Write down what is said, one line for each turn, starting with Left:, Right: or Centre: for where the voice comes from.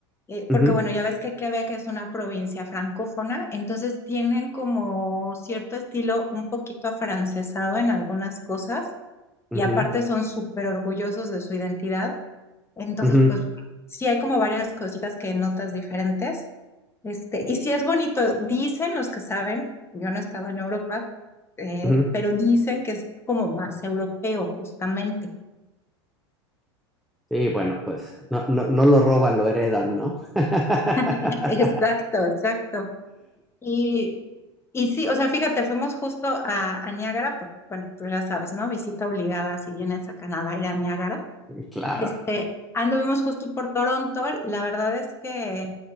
Left: eh,
Centre: Ujú,
Left: porque bueno, ya ves que Quebec es una provincia francófona, entonces tienen como cierto estilo un poquito afrancesado en algunas cosas
Centre: ujú,
Left: y aparte son súper orgullosos de su identidad, entonces
Centre: ujú,
Left: pues sí hay como varias cositas que notas diferentes. Este, y sí es bonito, dicen los que saben, yo no he estado en Europa, eh,
Centre: ujú.
Left: pero dicen que es como más europeo, justamente.
Centre: Y bueno, pues no, no, no lo roban, lo heredan, ¿no? <laughs>
Left: <laughs> Exacto, exacto. Y, y sí, o sea, fíjate, fuimos justo a, a Niágara, porque bueno, tú ya sabes, ¿no? Visita obligada si vienes a Canadá ir a Niágara.
Centre: Claro.
Left: Este, anduvimos justo por Toronto. La verdad es que